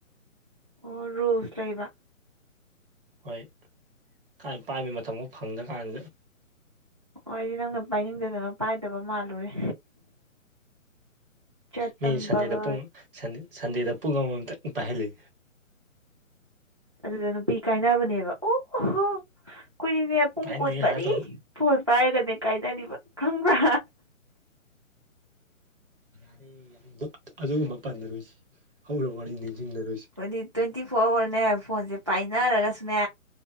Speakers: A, on the right; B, on the right.
A: ꯑꯣ ꯔꯨꯜꯁ ꯂꯩꯕ
B: ꯍꯣꯏ ꯀꯥꯏ ꯄꯥꯏꯕꯩ ꯃꯇꯝꯕꯧ ꯐꯪꯗꯀꯥꯟꯖꯤꯗ
A: ꯑꯣ ꯑꯩꯗꯤ ꯅꯪꯅ ꯄꯥꯏꯅꯤꯡꯗꯗꯅ ꯄꯥꯏꯗꯕ ꯃꯥꯜꯂꯨꯔꯦ ꯆꯦꯇꯟ
B: ꯃꯤ ꯁꯟꯗꯦꯗ
A: ꯚꯒꯠ
B: ꯄꯨꯡ ꯁꯟꯗꯦꯗ ꯄꯨꯡ ꯑꯃꯃꯝꯇꯪ ꯄꯥꯏꯍꯜꯂꯤ
A: ꯑꯗꯨꯗ ꯅꯨꯄꯤ ꯀꯥꯏꯅꯕꯅꯦꯕ ꯑꯣꯍꯣ ꯈꯣꯏꯗꯤꯅꯦ ꯄꯨꯡ
B: ꯇꯥꯏꯅꯦ
A: ꯀꯨꯟꯃꯔꯤ
B: ꯍꯥꯏꯔꯛꯀꯅꯨ
A: ꯐꯣꯟ ꯄꯥꯏꯔꯒꯅꯦ ꯀꯥꯏꯗꯔꯤꯕ ꯈꯪꯕ꯭ꯔꯥ
B: ꯌꯥꯔꯦ ꯑꯗꯨꯒꯨꯝꯕ ꯄꯥꯟꯅꯔꯣꯏꯁꯤ ꯍꯧꯈ꯭ꯔ ꯋꯥꯔꯤ ꯅꯤꯡꯁꯤꯡꯅꯔꯣꯏꯁꯤ
A: ꯑꯗꯨꯗꯤ ꯇ꯭ꯋꯦꯟꯇꯤ ꯐꯣꯔ ꯑꯋꯥꯔꯅꯦ ꯐꯣꯟꯁꯦ ꯄꯥꯏꯅꯔꯒꯁꯨꯅꯦ